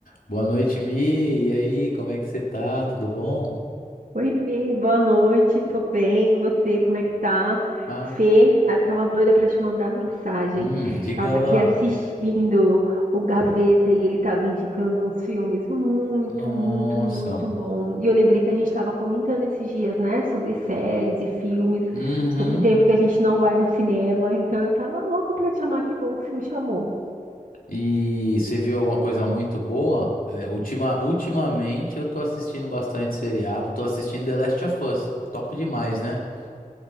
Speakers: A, on the left; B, on the right.
A: Boa noite, Mi. E aí, como é que você tá? Tudo bom?
B: Oi, Fê, boa noite, tô bem, e você, como é que tá?
A: Ai,
B: Fê, eu tava doida pra te mandar mensagem.
A: hum, diga
B: Tava aqui
A: lá.
B: assistindo o Gaveta e ele tava indicando uns filmes muito,
A: Nossa.
B: muito, muito bom. E eu lembrei que a gente tava comentando esses dias, né, sobre séries e filmes,
A: Uhum.
B: sobre o tempo que a gente não vai no cinema. Então eu tava louca pra te chamar, que bom que você me chamou.
A: E você viu alguma coisa muito boa? É, ultima, ultimamente eu tô assistindo bastante seriado, tô assistindo The Last of Us. Top demais, né?